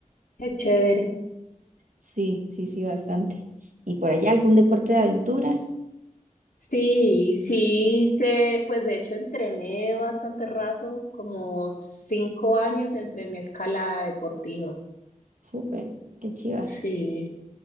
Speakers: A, on the left (about 85°); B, on the right (about 70°).
A: Qué chévere.
B: Sí, sí, sí, bastante. ¿Y por allá algún deporte de aventura?
A: Sí, sí, sé, pues de hecho entrené bastante rato, como cinco años entrené escalada deportiva.
B: Súper, qué chiva,
A: Sí.